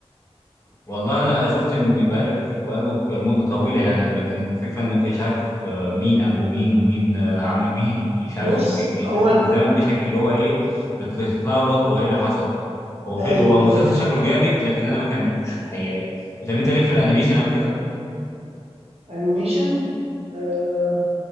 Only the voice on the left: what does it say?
والله انا شفت م- بقاله ك- بقاله ك- مده طويله يعني لكن الفكره انه كان مش عارف آه، مين ابو مين ومين آه، عم مين ومش عارف
بي- بيسافروا
بالزمن بشكل اللي هو ايه بت- بتتلخبط هو ايه اللي حصل هو في
هو مسلسل شكله جامد لكن انا ما كملتوش الحقيقه طب انت ليك في الانيميشن او كده؟